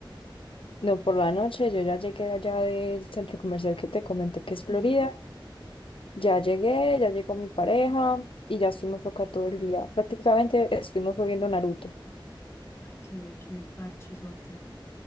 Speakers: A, on the left; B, on the left.
A: No, por la noche yo ya llegué de allá del centro comercial que te comenté que es Florida.
B: Ujú.
A: Ya llegué, ya llegó mi pareja y ya estuvimos acá todo el día. Prácticamente estuvimos fue viendo Naruto.
B: Ay, Qué, qué parchesote.